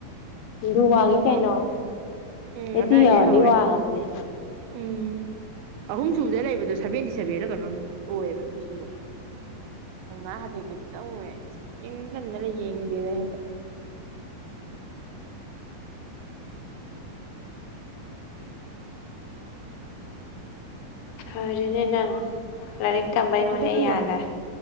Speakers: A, on the left; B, on the right.
A: ꯗꯨ
B: ꯑꯩꯈꯣꯏ
A: ꯋꯥꯡꯉꯤ
B: ꯍꯟꯗꯛ
A: ꯀꯩꯅꯣ
B: ꯄꯥꯕ ꯎꯝ
A: ꯑꯦꯠꯇꯤ
B: ꯑꯗꯥꯏꯗꯩ
A: ꯌꯧꯔꯗꯤ
B: ꯍꯧꯋꯦ
A: ꯋꯥꯡꯉꯕꯅꯦ
B: ꯎꯝ ꯑꯍꯨꯝ ꯁꯨꯕꯗ ꯂꯩꯕꯗꯣ ꯁꯚꯦꯟꯇꯤ ꯁꯚꯦꯟꯂꯥ ꯀꯩꯅꯣꯝ ꯑꯣꯏꯌꯦꯕ ꯄꯤ ꯁꯤꯗꯣ ꯑꯗꯨꯃꯥꯢ ꯍꯥꯏꯐꯦꯠ ꯐꯦꯠꯇꯪ ꯎꯔꯦ ꯌꯦꯡ ꯇꯟꯗꯅ ꯌꯦꯡꯗꯦꯗ ꯍꯟꯇꯛ <inaudible>
A: ꯐꯔꯦꯅꯦ ꯅꯪ ꯂꯥꯢꯔꯤꯛ ꯇꯝꯕꯩ ꯃꯍꯩ
B: ꯍꯟꯗꯛꯇꯤ
A: ꯌꯥꯜꯂꯦ
B: ꯋꯥꯡꯉ